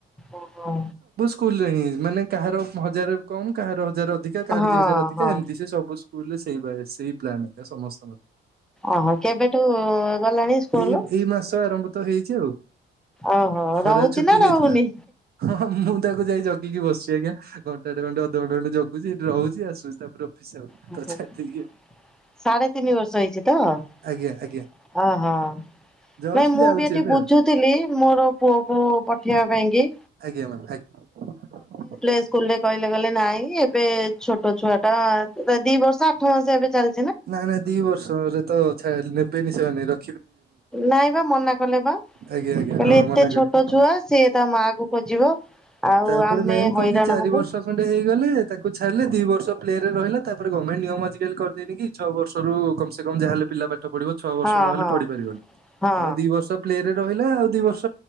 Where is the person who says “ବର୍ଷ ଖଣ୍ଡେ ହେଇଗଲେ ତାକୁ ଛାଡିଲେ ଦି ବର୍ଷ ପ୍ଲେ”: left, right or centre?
Right